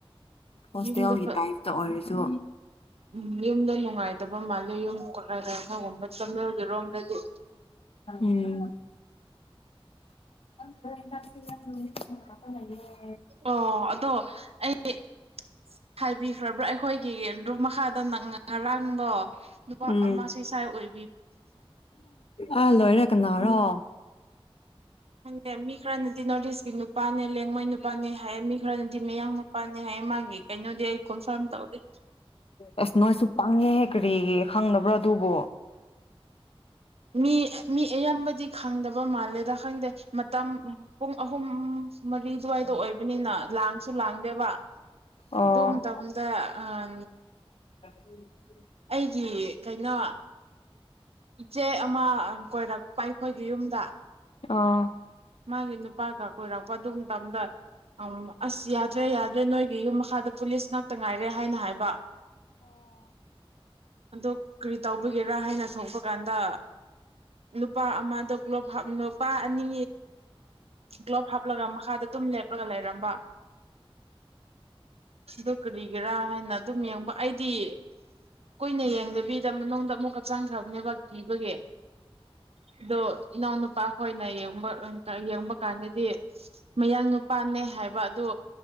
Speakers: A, on the left (about 75°); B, on the right (about 85°).
A: ꯍꯣꯁꯇꯦꯜꯒꯤ
B: ꯌꯨꯝꯗ
A: ꯇꯥꯏꯞꯇ ꯑꯣꯏꯔꯁꯨ
B: ꯎꯝ ꯌꯨꯝꯗ ꯅꯨꯡꯉꯥꯏꯇꯕ ꯃꯥꯜꯂꯦ ꯌꯨꯝ ꯀꯩꯅꯣꯒꯨꯝꯕ ꯆꯠꯃꯦꯜꯒꯤꯔꯣꯝꯗꯗꯤ
A: ꯎꯝ <inaudible>
B: ꯑꯣ ꯑꯗꯣ ꯑꯩ ꯍꯥꯏꯕꯤꯈ꯭ꯔꯕ꯭ꯔꯥ ꯑꯩꯈꯣꯏꯒꯤ ꯑꯗꯨꯝ ꯃꯈꯥꯗ ꯅꯪ ꯉꯔꯥꯡꯗꯣ ꯅꯨꯨꯄꯥ
A: ꯎꯝ
B: ꯑꯃꯁꯤ ꯁꯥꯏ ꯑꯣꯏ
A: ꯑꯥ ꯂꯣꯏꯔ ꯀꯅꯥꯔꯣ
B: ꯈꯪꯇꯦ ꯃꯤ ꯈꯔ ꯅꯗꯤ ꯅꯣꯔꯠ꯭ ꯏꯁꯀꯤ ꯅꯨꯞ ꯅꯨꯄꯥꯅꯦ ꯂꯦꯡꯃꯣꯏ ꯅꯨꯄꯥꯅꯦ ꯍꯥꯏꯌꯦ ꯃꯤ ꯈꯔꯅꯗꯤ ꯃꯌꯥꯡ ꯅꯨꯄꯥꯅꯦ ꯍꯥꯏꯌꯦ ꯃꯥꯒꯤ ꯀꯩꯅꯣꯗꯤ ꯑꯩ ꯀꯣꯟꯐꯥꯔꯝ ꯇꯧꯗꯦ
A: ꯑꯁ ꯅꯣꯏꯁꯨ ꯄꯪꯉꯦꯍꯦ ꯀꯔꯤꯒꯤ ꯈꯪꯗꯕ꯭ꯔꯥ ꯑꯗꯨꯕꯨ
B: ꯃꯤ ꯃꯤ ꯑꯌꯥꯝꯕꯗꯤ ꯈꯥꯡꯗꯕ ꯃꯥꯜꯂꯦꯗ ꯈꯪꯗꯦ ꯃꯇꯝ ꯄꯨꯡ ꯑꯍꯨꯝ ꯃꯔꯤ ꯑꯗꯨꯋꯥꯏꯗ ꯑꯣꯏꯕꯅꯤꯅ ꯂꯥꯡꯁꯨ ꯂꯥꯡꯗꯦꯕ
A: ꯑꯣ
B: ꯑꯗꯨ ꯃꯇꯝꯗ ꯑꯥ
A: ꯎꯝ
B: ꯑꯩꯒꯤ ꯀꯩꯅꯣ ꯏꯆꯦ ꯑꯃ ꯀꯣꯏꯔꯛ ꯂꯄꯥ ꯑꯩꯈꯣꯏꯒꯤ ꯌꯨꯝꯗ
A: ꯑꯥ
B: ꯃꯥꯒꯤ ꯅꯨꯄꯥꯒ ꯀꯣꯏꯔꯛꯄ ꯑꯗꯨ ꯃꯇꯝꯗ ꯑꯁ ꯌꯥꯗ꯭ꯔꯦ ꯌꯥꯗ꯭ꯔꯦ ꯅꯣꯏꯒꯤ ꯌꯨꯝ ꯃꯈꯥꯗ ꯄꯨꯂꯤꯁ ꯉꯥꯛꯇ ꯉꯥꯏꯔꯦ ꯍꯥꯏꯅ ꯍꯥꯏꯕ ꯑꯗꯨ ꯀꯔꯤ ꯇꯧꯕꯤꯒꯦꯔꯥ ꯍꯥꯏꯅ ꯊꯣꯛꯄ ꯀꯥꯟꯗ ꯅꯨꯨꯄꯥ ꯑꯃꯗ ꯒ꯭ꯂꯣꯞ ꯍꯥꯞ ꯅꯨꯄꯥ ꯑꯅꯤ ꯒ꯭ꯂꯣꯞ ꯍꯥꯞꯂꯒ ꯃꯈꯥꯗ ꯑꯗꯨꯝ ꯂꯦꯞꯂꯒ ꯂꯩꯔꯝꯕ ꯑꯗꯨ ꯀꯔꯤꯒꯤꯔꯥ ꯍꯥꯏꯅ ꯑꯗꯨꯝ ꯌꯦꯡꯕ ꯑꯩꯗꯤ ꯀꯨꯏꯅ ꯌꯦꯡꯗꯕꯤ ꯁꯤꯗ ꯃꯅꯨꯡꯗ ꯑꯃꯨꯛꯀꯛ ꯆꯪꯈ꯭ꯔꯕꯅꯦꯕ ꯀꯤꯕꯒꯤꯦ ꯗꯣ ꯏꯅꯥꯎ ꯅꯨꯄꯥ ꯈꯣꯏꯅ ꯌꯦꯡꯕ ꯌꯦꯡꯕ ꯀꯥꯟꯗꯗꯤ ꯃꯌꯥꯡ ꯅꯨꯄꯥꯅꯦ ꯍꯥꯏꯕ ꯑꯗꯨ